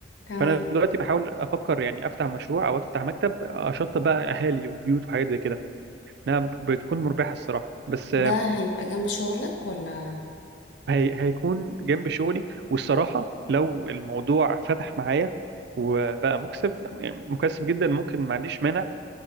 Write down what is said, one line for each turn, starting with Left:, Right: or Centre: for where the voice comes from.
Left: تمام
Right: فانا دلوقتي بحاول افكر يعني افتح مشروع او افتح مكتب اشطب بقى اهالي وبيوت وحاجات زي كده انها بتكون مربحه الصراحه بس آه،
Left: ده هيبقى جنب شغلك ولا
Right: هي هيكون جنب شغلي والصراحه لو الموضوع فتح معايا وبقى مكسب يعني مكسب جدا ممكن ما عنديش مانع